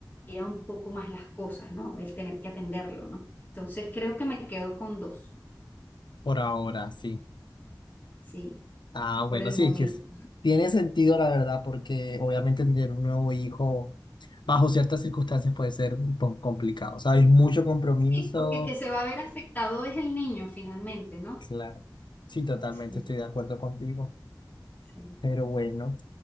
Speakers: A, on the left; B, on the left.
A: un poco más las cosas, ¿no? El tener que atenderlo, ¿no? Entonces, creo que me quedo con dos,
B: Por ahora, sí.
A: ¿sí?
B: Ah, bueno,
A: Por el
B: sí,
A: momento.
B: que es- tiene sentido la verdad, porque obviamente tener un nuevo hijo bajo ciertas circunstancias puede ser un poco complicado, ¿sabes? Mucho compromiso.
A: Sí, porque que se va a ver afectado es el niño finalmente, ¿no?
B: Claro. Sí, totalmente
A: Sí,
B: estoy de acuerdo contigo.
A: sí.
B: Pero bueno.